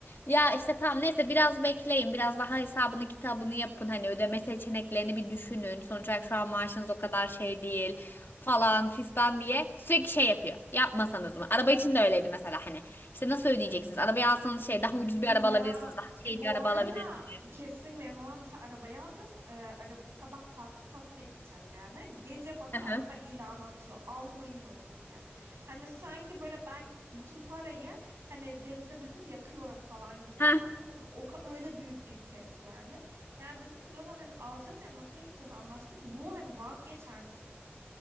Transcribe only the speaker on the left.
Ya işte tamam neyse biraz bekleyin biraz daha hesabını kitabını yapın hani ödeme seçeneklerini bir düşünün. Sonuç olarak şu an maaşınız o kadar şey değil falan fistan diye sürekli şey yapıyor. Yapmasanız mı? Araba için de öyleydi mesela hani. İşte nasıl ödeyeceksiniz? Arabayı alsanız şey daha ucuz
bir araba alabilirsiniz. Daha
şey bir araba
alabilirsiniz.
Hı
hı.
Heh,